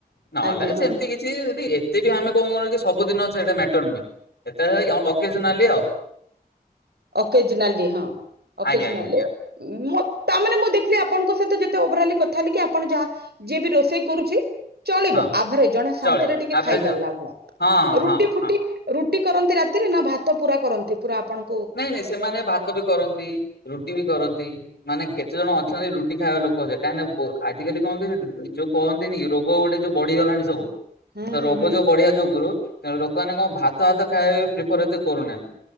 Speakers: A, on the left; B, on the right.
A: ନହେଲେ
B: ଆଜ୍ଞା ହଁ
A: ସେମିତି କିଛି ଯଦି ଏ ତେ ବି ଆମେ କଣ କରୁ ଯେ ସବୁଦିନ ସେଟା ମେଟର୍ ନୁହେଁ। ଯେତେଳେ ହେଇ ହଁ ଓକେଜନାଲି ଆଉ।
B: ଓକେଜନାଲି ହଁ ଓକେଜନାଲି
A: ଆଜ୍ଞା ଆଜ୍ଞା ଆଜ୍ଞା
B: ମୋ ତାମାନେ ମୁଁ ଦେଖିଲି ଆପଣଙ୍କ ସହିତ ଯେତେ ଓଭରାଲି କଥା ହେଲି କି ଆପଣ ଯାହା ଯିଏ ବି ରୋଷେଇ କରୁଛି ଚଳିବ
A: ହଁ
B: ଆଭରେଜ୍ ଜଣେ ଶାନ୍ତିରେ
A: ଚଳିବ
B: ଟିକେ
A: ଆଭରେଜ
B: ଖାଇ
A: ଆଉ
B: ପାରିଲା ଭଲ
A: ହଁ ହଁ
B: ଏ ରୁଟି
A: ହଁ
B: ଫୁଟି
A: ହଁ
B: ରୁଟି କରନ୍ତି ରାତିରେ ନା ଭାତ ପୁରା କରନ୍ତି? ପୁରା ଆପଣ
A: ନାଇଁ ନାଇଁ ସେମାନେ ଭାତ ବି କରନ୍ତି, ରୁଟି ବି କରନ୍ତି, ମାନେ କେତେ ଜଣ ଅଛନ୍ତି ରୁ ଟି ଖାଇବା ଲୋକେ ସେ, କାହିଁକି ବ-ଆଜିିକାଲି କହନ୍ତି ଯୋଉ କହନ୍ତିନି କି ରୋଗ ଗୋଟେ ଯୋଉ ବଢିଗଲାଣି ସବୁ।
B: ହୁଁ
A: ତ
B: ହୁଁ
A: ରୋଗ
B: ହୁଁ
A: ଯୋଉ ବଢିଆ ଯୋଗୁରୁ ତେଣୁ ଲୋକମାନେ କଣ ଭାତ ଆତ ଖାଇବା ପ୍ରିଫର୍ ଏତେ କରୁନାହାଁନ୍ତି।